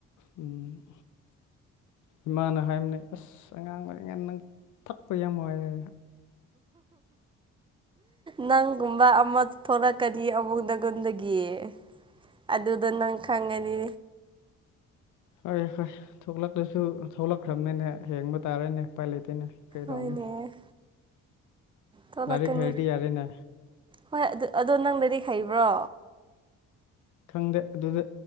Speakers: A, on the left; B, on the right.
A: ꯎꯝ ꯏꯃꯥꯅ ꯍꯥꯏꯔꯝꯅꯦ ꯑꯁ ꯑꯉꯥꯡ ꯑꯣꯏꯔꯤꯉ ꯅꯪ ꯊꯛꯄ ꯌꯥꯝ ꯅꯨꯡꯉꯥꯏ
B: ꯅꯪꯒꯨꯝꯕ ꯑꯃ ꯊꯣꯔꯛꯀꯗꯤ ꯑꯃꯨꯛꯗꯒꯣꯟꯗꯒꯤꯦ ꯑꯗꯨ ꯑꯗꯨꯗ ꯅꯪ ꯈꯪꯅꯤꯅꯤ
A: ꯍꯣꯏ ꯍꯣꯏ ꯊꯣꯛꯂꯛꯂꯁꯨ ꯊꯣꯛꯂꯛꯈ꯭ꯔꯕꯅꯤꯅꯦ ꯍꯦꯡꯕ ꯇꯥꯔꯦꯅꯦ ꯏꯄꯥꯏ ꯂꯩꯇꯦꯅꯦ ꯀꯔꯤ ꯇꯧꯅꯤ
B: ꯑꯣꯏꯅꯦ ꯊꯣꯛꯣꯂꯛꯀꯅꯤ
A: ꯂꯥꯏꯔꯤꯛ ꯍꯩꯔꯗꯤ ꯌꯥꯔꯦꯅꯦ
B: ꯍꯣꯏ ꯑꯗꯨ ꯑꯗꯣ ꯅꯪꯗꯗꯤ ꯍꯩꯕ꯭ꯔꯣ
A: ꯈꯪꯗꯦ ꯑꯗꯨꯗ